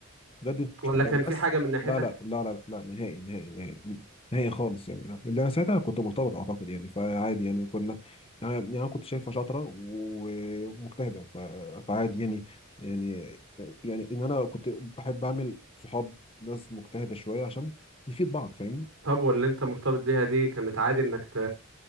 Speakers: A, on the left; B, on the right.
A: بجد مش
B: ولا
A: متابع
B: كان في
A: بس
B: حاجه من ناحيتك
A: لا لا لا لا لا نهائي نهائي نهائي نهائي خالص يعني اللي انا ساعتها كنت مرتبط اعتقد يعني فعادي يعني كنا يعني يعني انا كنت شايفها شاطره ومجتهده ف- فعادي يعني يعني يعني ان انا كنت بحب اعمل صحاب ناس مجتهده شويه عشان نفيد بعض فاهمني
B: طب واللي انت مرتبط بيها دي كانت عادي انك ت...